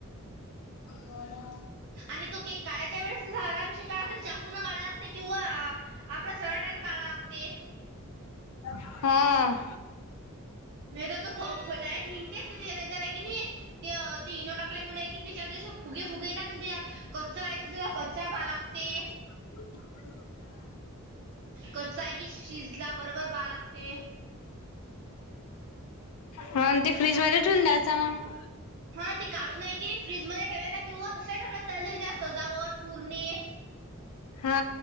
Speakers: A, on the left; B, on the right.
A: हो ना.
B: आणि तो केक काढयच्या वेळेस त आरामशी काढ हातात चा कुन काढवा लागते किंवा आपल्या सराट्याने काढा लागते.
A: हा
B: नाही तर तू निघतेच त नाही कि नाही <inaudible> ते तीन ईनो टाकल्यामुळे कि त्यांच्यात अस फुगे फुगे त तर द कच्चा राहते तु कच्चा भाग लागते.
A: ह <inaudible>
B: कच्चा आहे कि शिजला बरोबर पा लागते.
A: हा ते फ्रीज मध्ये ठेवून द्यायचा मग.
B: हा ते काढू नाही कि र फ्रीज मध्ये ठेवायचा किंवा तश ठेवायचालेल त्या सजावट पुरणे,
A: हा